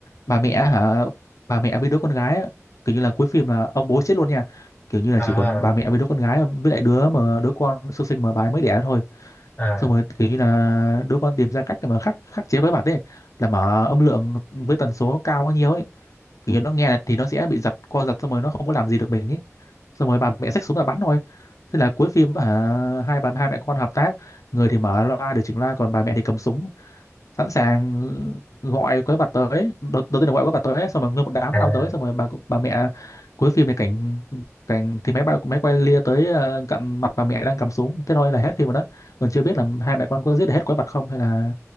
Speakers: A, on the left (about 85°); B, on the left (about 35°).
A: bà mẹ hả bà mẹ với đứa con gái á. kiểu như là cuối phim là ông bố chết luôn nha kiểu như là
B: à
A: chỉ còn bà mẹ với đứa con gái với lại đứa mà đứa con sơ sinh mà bà ấy mới đẻ thôi
B: à,
A: xong rồi cái là đứa con tìm ra cách để mà khắc khắc chế quái vật ấy là mở âm lượng với tần số cao bao nhiêu ấy kiểu như nó nghe là thì nó sẽ bị giật co giật xong rồi nó không có làm gì được mình ấy xong rồi bà mẹ xách súng là bắn thôi thế là cuối phim à, hai bà hai mẹ con hợp tác người thì mở loa điều chỉnh loa còn bà mẹ thì cầm súng sẵn sàng gọi quái vật tới đầu, đầu tiên là gọi quái vật tới xong rồi nguyên một đám
B: à.
A: lao tới xong rồi bà bà mẹ cuối phim này cảnh cảnh thì máy bay máy quay lia tới ờ, cận mặt bà mẹ đang cầm súng thế thôi là hết phim rồi đó còn chưa biết là hai mẹ con có giết được hết quái vật không hay là